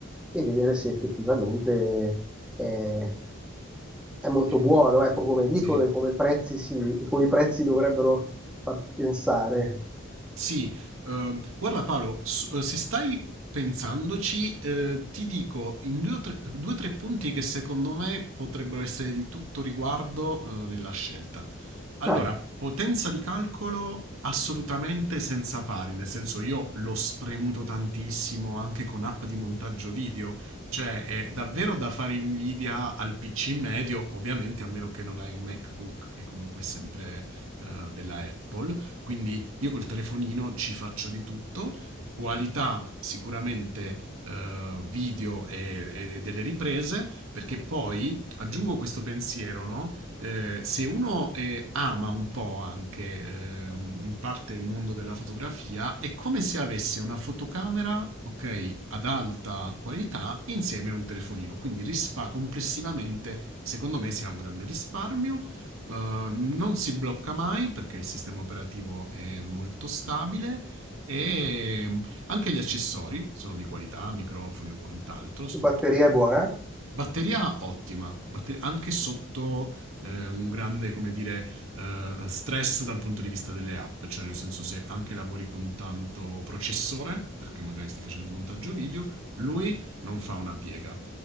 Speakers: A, in the centre; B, on the right.
A: e vedere se effettivamente... eh, è molto
B: eh,
A: buono, ecco come dicono
B: sì.
A: e come, il prezzi si, e come i prezzi dovrebbero far pensare.
B: Sì, eh, guarda Paolo, s- eh, se stai pensandoci, eh, ti dico in due o tre, due o tre punti che secondo me potrebbero essere di tutto riguardo, eh, nella scelta. Allora,
A: Vai,
B: potenza di calcolo assolutamente senza pari, nel senso io l'ho spremuto tantissimo anche con app di montaggio video, cioè è davvero da fare invidia al PC medio, ovviamente a meno che non hai un MacBook che comunque è sempre eh, della Apple, quindi io col telefonino ci faccio di tutto, qualità sicuramente eh, video e, e delle riprese, perché poi aggiungo questo pensiero, no? Eh, se uno eh, ama un po' anche eh, in parte il mondo della fotografia, è come se avesse una fotocamera, ok, ad alta qualità insieme a un telefonino. Quindi rispa complessivamente, secondo me, sia un grande risparmio Uh, non si blocca mai perché il sistema operativo è molto stabile e mm, anche gli accessori sono di qualità, microfoni o quant'altro, sono
A: batteria
B: tutti
A: è buona?
B: Batteria ottima, batter- anche sotto eh, un grande, come dire, eh, stress dal punto di vista delle app, cioè nel senso se anche lavori con tanto processore, perché magari stai facendo un montaggio video, lui non fa una piega.